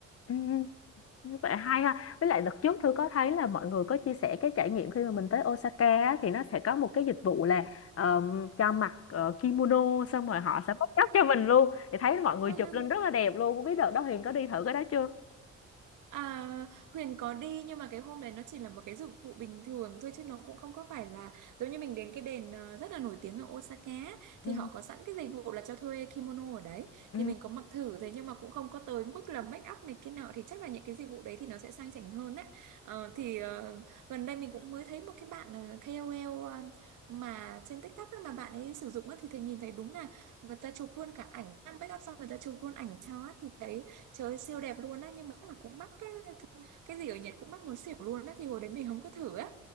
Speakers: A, on the left (about 50°); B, on the right (about 80°).
A: Ừ. Như vậy hay ha. Với lại đợt trước Thư có thấy là mọi người có chia sẻ cái trải nghiệm khi mà mình tới Osaka á, thì nó sẽ có một cái dịch vụ là ờm, cho mặc ờ, kimono xong rồi họ sẽ make up cho mình luôn. Thì thấy mọi người
B: <laughs>
A: chụp lên rất là đẹp luôn. Không biết đợt đó Huyền có đi thử cái đó chưa?
B: À, Huyền có đi nhưng mà cái hôm đấy nó chỉ là một cái dịch vụ bình thường thôi chứ nó cũng không có phải là giống như mình đến cái đền ờ, rất là nổi tiếng ở Osaka á,
A: Ừ.
B: thì họ có sẵn cái dịch vụ là cho thuê kimono ở đấy
A: Ừ.
B: thì mình có mặc thử thế nhưng mà cũng không có tới mức là make up này kia nọ thì chắc là những cái dịch vụ đấy thì nó sẽ sang chảnh hơn á Ờ, thì ờ, gần đây mình cũng mới thấy một cái bạn ờ, KOL ờ, mà trên TikTok á, mà bạn ấy sử dụng á, thì thầy nhìn thấy đúng là người ta chụp luôn cả ảnh make up xong người ta chụp luôn ảnh cho á, thì thấy Trời ơi, siêu đẹp luôn á nhưng mà chắc là cũng mắc á Thứ- cái gì ở Nhật cũng mắc muốn xỉu luôn á thì hồi đấy mình không có thử á